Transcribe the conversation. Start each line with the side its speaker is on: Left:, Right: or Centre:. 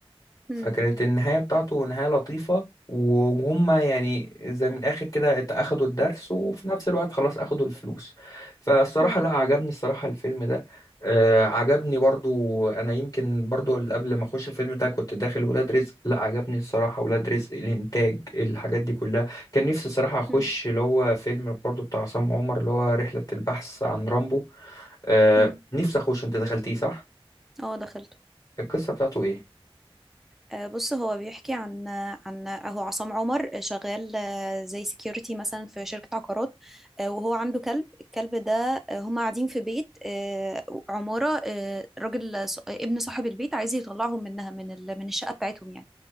Centre: مم.
Left: فكانت النهاية بتاعته نهاية لطيفة وهم يعني زي من الآخر كده ات- أخدوا الدرس وفي نفس الوقت خلاص أخدوا الفلوس فالصراحة
Centre: مم.
Left: لا عجبني الصراحة الفيلم ده آه عجبني برضو أنا يمكن برضو قبل ما أخش الفيلم ده كنت داخل ولاد رزق لا عجبني الصراحة ولاد رزق الإنتاج الحاجات دي كلها كان نفسي الصراحة أخش
Centre: مم.
Left: اللي هو فيلم برضو بتاع عصام عمر اللي هو رحلة البحث عن رامبو آه
Centre: مم.
Left: نفسي أخش أنت دخلتيه صح؟
Centre: اه دخلت
Left: القصة بتاعته إيه؟
Centre: آه، بص هو بيحكي عن آه، عن اهو عصام عمر آه، شغال آه، زي سيكيورتي مثلا في شركة عقارات آه، وهو عنده كلب الكلب ده آه، هما قاعدين في بيت آه، عمارة آه، راجل ص- ابن صاحب البيت عايز يطلعهم منها من ال- من الشقة بتاعتهم يعني